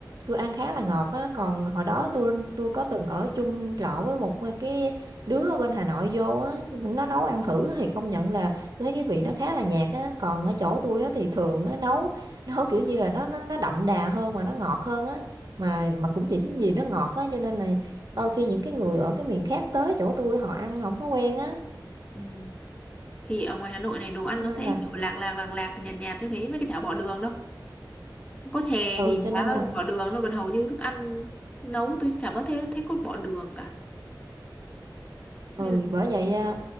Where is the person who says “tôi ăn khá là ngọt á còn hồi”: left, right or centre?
Right